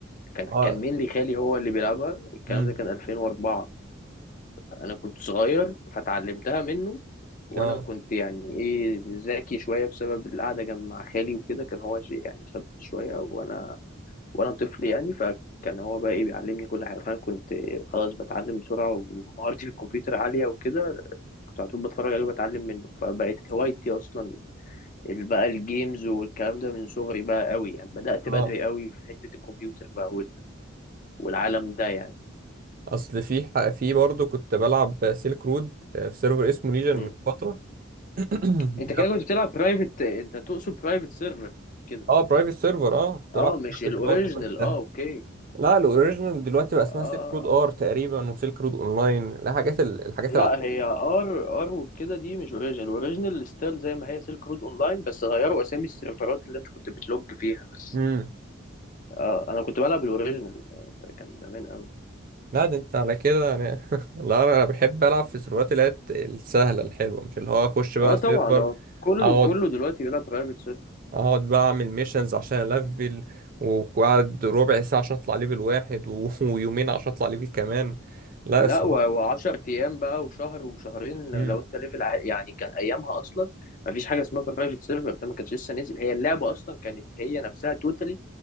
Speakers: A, on the left (about 40°); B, on the right (about 45°).
A: كان
B: اه
A: كان مين لي خالي هو اللي بيلعبها الكلام
B: امم
A: ده كان 2004 انا كنت صغير فتعلمتها منه وانا
B: اه
A: كنت يعني ايه ذكي شويه بسبب القعده جنب مع خالي وكده كان هو شي- يعني شاب شويه وانا وانا طفل يعني فكان هو بقى ايه بيعلمني كل حاجه فانا كنت خلاص بتعلم بسرعه ومهارتي في الكمبيوتر عاليه وكده كنت على طول بتفرج عليه وبتعلم منه فبقت هوايتي اصلا ال- بقى الجيمز والكلام ده من صغري بقى قوي يعني بدأت
B: اه
A: بدري قوي في حته الكمبيوتر بقى وال- والعالم ده يعني
B: اصل في ح- في برضه كنت بلعب سيلك رود في سيرفر اسمه ليجن
A: مم.
B: من فتره <clears throat>
A: انت كده كنت بتلعب برايفت انت تقصد برايفت سيرفر كده
B: اه برايفت سيرفر اه كنت
A: اه
B: بلعب
A: مش
B: في
A: الاوريجينال
B: private خلاص وقتها.
A: اه اوكي
B: لا الاوريجينال دلوقتي بقى اسمها
A: اه اه.
B: سيلك رود ار تقريبا وسيلك رود اونلاين لا حاجات ال- الحاجات
A: لا
B: الع...
A: هي ار ار وكده دي مش اوريجينال الاوريجينال ستايل زي ما هي سيلك رود اونلاين بس غيروا اسامي السيرفرات اللي انت كنت بتلوج فيها بس
B: امم
A: اه انا كنت بلعب الاوريجينال كان زمان قوي
B: لا ده انت على كده يعني <laughs> لا انا بحب العب في السيرفرات اللي هي الت- السهله الحلوه مش اللي هو اخش بقى
A: اه طبعا
B: سيرفر
A: هو كله
B: اقعد
A: كله دلوقتي بيلعب برايفت سيرفر
B: اقعد بقى اعمل ميشنز عشان الفل وقعد ربع ساعة عشان اطلع ليفل واحد و... <laughs> ويومين عشان اطلع ليفل كمان لا
A: لا
B: اس...
A: و10 ايام بقى وشهر وشهرين لو
B: مم.
A: انت ليفل عالي يعني كان ايامها اصلا ما فيش حاجه اسمها برايفت سيرفر ده ما كانش لسه نزل هي اللعبه اصلا كانت هي نفسها توتالي